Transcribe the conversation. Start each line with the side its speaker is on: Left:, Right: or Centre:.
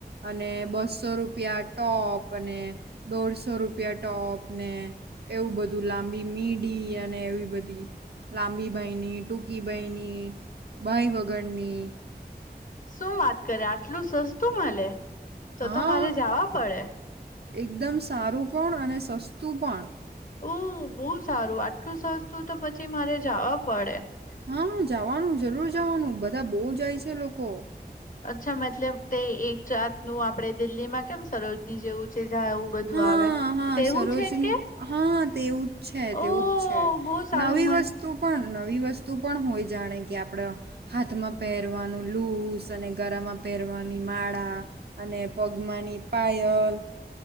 Right: અને બસો રૂપિયે ટોપ અને દોઢસો રૂપિયા ટોપ ને એવું બધું લાંબી મીડી અને એવી બધી લાંબી બાઈની, ટૂંકી બાઈની, બાઈ વગરની.
Left: શું વાત કરે આટલું સસ્તું મલે, તો
Right: હા
Left: તો મારે જાવા પળે.
Right: એકદમ સારું પણ, અને સસ્તું પણ.
Left: ઓ બો સારું આટલું સસ્તું તો પછી મારે જાવા પળે.
Right: હા.. હા જાવાનું જરૂર જવાનું બધા બો જાય છે લોકો.
Left: અચ્છા મતલબ તે એક જાતનું આપણે દિલ્હી માં કેમ સરોજની જેવું જે જા એવું બધું
Right: હા
Left: આવે.
Right: હા
Left: તેવું
Right: સરોજની,
Left: છે કે
Right: હા તેવું જ છે,
Left: ઓહ
Right: તેવું જ છે,
Left: બહુ સારું
Right: નવી
Left: મળ
Right: વસ્ તું પણ નવી વસ્તુ પણ હોય, જાણે કે આપડ હાથમાં પેરવાનું લૂઝ અને ગળામાં પેરવાની માળા અને પગમાં ની પાયલ.